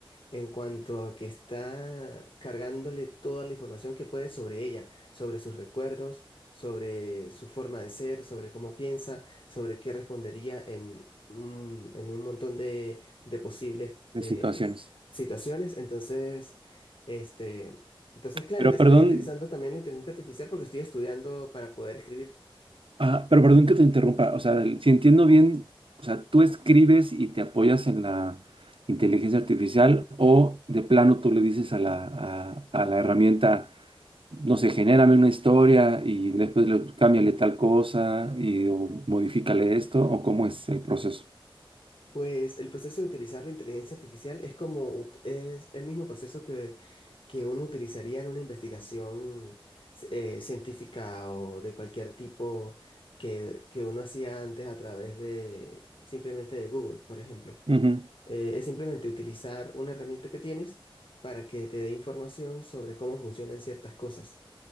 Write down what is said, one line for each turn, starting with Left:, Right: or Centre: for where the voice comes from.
Left: en cuanto a que está cargándole toda la información que puede sobre ella, sobre sus recuerdos, sobre su forma de ser, sobre cómo piensa, sobre qué respondería en, un- en un montón de, de posibles
Right: de
Left: eh,
Right: situaciones.
Left: situaciones. Entonces, este, entonces, claro,
Right: Pero
Left: estoy
Right: perdón.
Left: utilizando también la inteligencia artificial porque estoy estudiando para poder escribir.
Right: Ah, pero perdón que te interrumpa, o sea, el- si entiendo bien, o sea, tú escribes y te apoyas en la inteligencia artificial o de plano tú le dices a la, a, a la herramienta, no sé, genérame una historia y después le, cámbiale tal cosa y o modifícale esto o cómo es el proceso.
Left: Pues el proceso de utilizar la inteligencia artificial es como ut- es el mismo proceso que que uno utilizaría en una investigación eh, científica o de cualquier tipo que, que uno hacía antes a través de simplemente de Google, por ejemplo.
Right: Ujú.
Left: Eh, es simplemente utilizar una herramienta que tienes para que te dé información sobre cómo funcionan ciertas cosas.